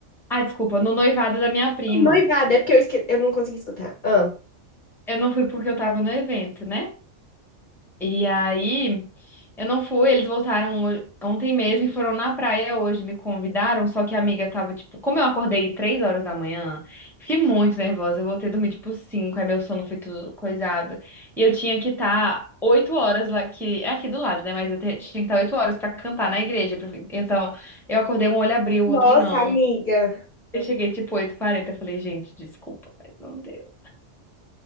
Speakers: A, in the centre; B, on the left.
A: Ah, desculpa, no noivado da minha prima.
B: Noivado, é porque eu, esque... eu não consegui escutar. Ah.
A: Eu não fui porque eu tava no evento, né? E aí, eu não fui, eles voltaram ho- ontem mesmo e foram na praia hoje, me convidaram, só que a amiga tava, tipo, como eu acordei três horas da manhã, fiquei muito nervosa, eu voltei a dormir, tipo, cinco, aí meu sono foi tudo coisado, e eu tinha que estar oito horas lá, que é aqui do lado, né, mas eu te- tinha que estar oito horas pra cantar na igreja, pra- então, eu acordei, um olho abriu,
B: Nossa,
A: o outro não,
B: amiga.
A: eu cheguei, tipo, oito h 40 eu falei, gente, desculpa, mas não deu.